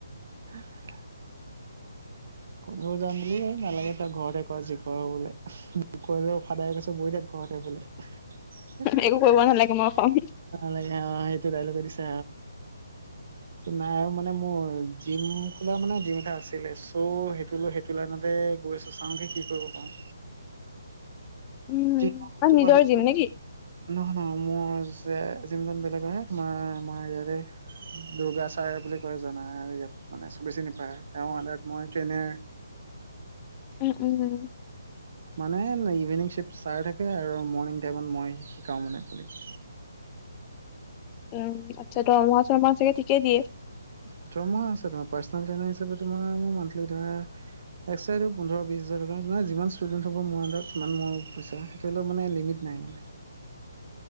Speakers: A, on the right; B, on the left.
A: উ <unintelligible> ক'লেও যাম বুলি নালাগে তই ঘৰতে কৰ, যি কৰ বোলে, কলে <unintelligible> ফাদাৰে কৈছ বহ থাক ঘৰতে বোলে। <unintelligible>
B: একো কৰিব নালাগে মই খাম।
A: লাই অ সেইটো ডাইলগে দিছো তোমাৰ মানে মোৰ জিম খোলা মানে ড্ৰিম এটা আছিলে। ত' সেইটো-সেইটো লাইনতে গৈ আছো চাওগে কি কৰিব পাৰোঁ।
B: উম
A: কি <unintelligible>
B: আৰু নিজৰ জিম নেকি?
A: ন ন মোৰ যে যিজন <unintelligible> বেলেগৰ আহ তোমাৰ আমাৰ ইয়াৰে দুৰ্গা চাৰ বুলি কয় জাই ইয়াত মানে চবে চিনিপায়, তেওঁ মই ট্ৰেইনে
B: উম, উম, উম।
A: মানে ইভিনিং শ্বিফ্ট চাৰ থাকে আৰু মৰ্ণিং টাইমত মই শিকাওঁ মানে, খালী <unintelligible>
B: উম, আচ্ছা, দৰমহা চৰমহা চাগে ঠিকে দিয়ে।
A: হয় <unintelligible> দৰমহা হিচাপে নহয়, পাৰচনেল ট্ৰেইনাৰ হিচাপে তোমাৰ মোৰ মানথ্‌লি ধৰা একচাইডে পোন্ধৰ, বিশ হাজাৰ টকা আপোনাৰ যিমান ষ্টুডেণ্ট হ'ব মোৰ আন্দাৰতসিমান মোৰ পইচা, সেইটোলৈ মানে লিমিট নাই মানে। <inaudible>